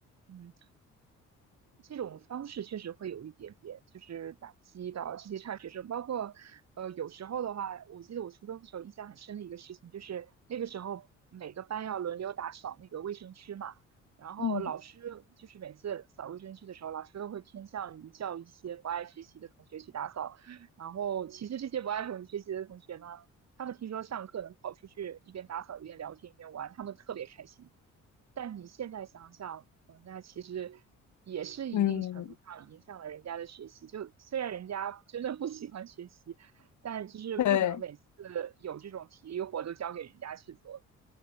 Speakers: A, on the right; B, on the left.
A: 嗯。这种方式确实会有一点点，就是打击到这些差学生。包括，呃，有时候的话，我记得我初中的时候印象很深的一个事情，就是那个时候每个班要轮流打扫那个卫生区嘛，然后老师就是每次扫卫生区的时候，
B: 嗯，
A: 老师都会偏向于叫一些不爱学习的同学去打扫。然后其实这些不爱同学习的同学呢，他们听说上课能跑出去一边打扫一边聊天一边玩，他们特别开心。但你现在想想，嗯，那其实也是一定程度上影响了人家的学习。
B: 嗯，
A: 就虽然人家真的不喜欢学习，但就是不能每次
B: 对。
A: 有这种体力活都交给人家去做。